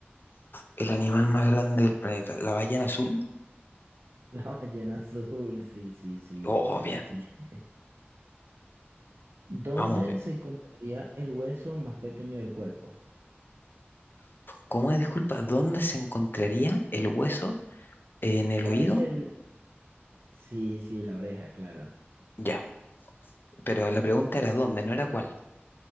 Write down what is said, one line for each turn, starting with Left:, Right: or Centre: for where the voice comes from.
Left: El animal más grande del planeta, la ballena azul.
Right: La ballena azul, sí, sí, sí.
Left: Oh, bien,
Right: Bien, bien. ¿Dónde
Left: vamos bien.
Right: se encontraría el hueso más pequeño del cuerpo?
Left: ¿Cómo es, disculpa, dónde se encontraría el hueso en el
Right: ¿Cuál
Left: oído?
Right: es el...? Sí, sí, la oreja, claro.
Left: Ya, pero la pregunta era dónde, no era cuál.